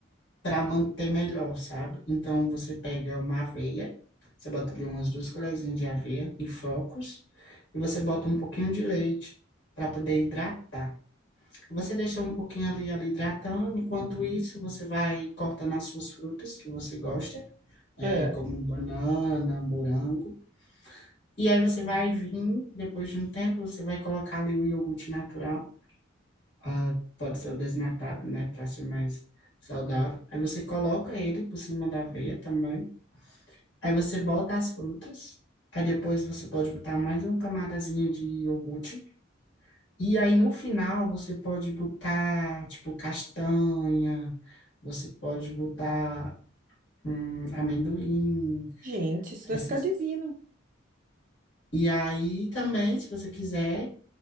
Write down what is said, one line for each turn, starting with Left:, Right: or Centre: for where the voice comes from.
Left: para manter melhor, sabe? Então você pega uma aveia, você bota ali umas duas colherzinhas de aveia e flocos, e você bota um pouquinho de leite para poder hidratar. Você deixa um pouquinho ali, ali hidratando. Enquanto isso, você vai cortando as suas frutas que você gosta, é,
Right: É.
Left: como banana, morango. E aí você vai vir, depois de um tempo, você vai colocar ali o iogurte natural ah, pode ser o desnatado, né, para ser mais saudável. Aí você coloca ele por cima da aveia também. Aí você bota as frutas. Aí depois você pode botar mais uma camadazinha de iogurte. E aí no final você pode botar, tipo, castanha, você pode botar hum, amendoim,
Right: Gente, isso vai
Left: essas.
Right: ficar divino.
Left: E aí também, se você quiser,